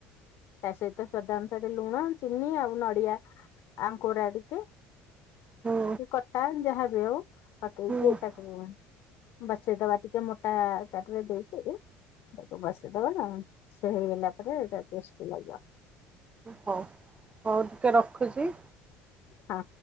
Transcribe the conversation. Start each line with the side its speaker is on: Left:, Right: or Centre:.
Left: ତା ସହିତ ସ୍ୱାଦ ଅନୁସାରେ ଲୁଣ, ଚିନି ଆଉ ନଡିଆ ଆଉ କୋରା ଟିକେ।
Right: ହୁଁ
Left: କି କଟା ଯାହା ବି ହଉ ପକେଇକି
Right: ହୁଁ ହୁଁ
Left: ତାକୁ ଲୁଣ ବସେଇଦବା ଟିକେ ମୋଟା ଆକାରରେ ଦେଇକି। ତାକୁ ବସେଇଦବା ନା ସେ ହେଇଗଲା ପରେ ଏଟା ଟେଷ୍ଟ ଲାଗିବ।
Right: ହଉ। ହଉ ଟିକେ ରଖୁଚି।
Left: ହଁ।